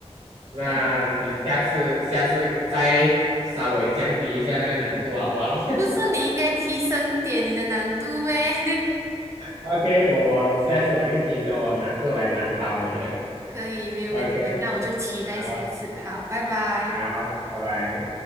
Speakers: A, on the right; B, on the right.
A: 那你下次下次再稍微降低一下那个难度好不好
B: 嗯、
A: <laughs>
B: 不是你应该提升一点你的难度呗？
A: ？OK，我我下次我一定提升我难度来难倒你的。
B: <laughs> 可以，没有问题。
A: OK，
B: 那我就期待下次。
A: 好
B: 好，拜拜。
A: 好，好拜拜。